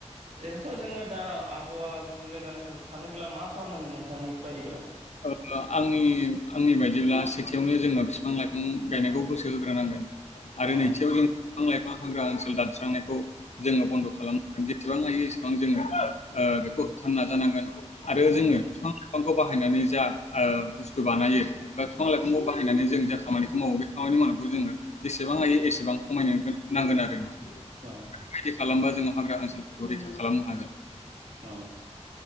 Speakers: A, on the right; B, on the left.
A: ओरैनोथ' जोङो दा आबहावा गुबुंले जानायखौ होबथानोब्ला मा खालामनांगोन नोंथांनि बायदिब्ला?
B: औ आंनि आंनि बायदिब्ला सेथियावनो जोङो बिफां लाइफां गायनायखौ गोसो होग्रोनांगोन आरो
A: अ
B: नैथियाव जों बिफां-लाइफां हाग्रा ओनसोल दानस्रांनायखौ जोङो बन्द' खालामनांगोन जे जेसेबां हायो एसेबां जोङो बेखौ होबथानो नाजानांगोन आरो
A: अ
B: जोङो बिफां बिफांखौ बाहायनानै जा बुस्थु बानायो बा बिफां लाइफांखौ बाहायनानै जों जा खामानिखौ मावो बे खामानि मावनायखौ जोङो जेसेबां हायो एसेबां खमायनो नांगोन आरो नोंथां
A: औ
B: बेबायदि खालामबा जोङो हाग्रा ओनसोलफोरखौ रैखा खालामनो हागोन
A: औ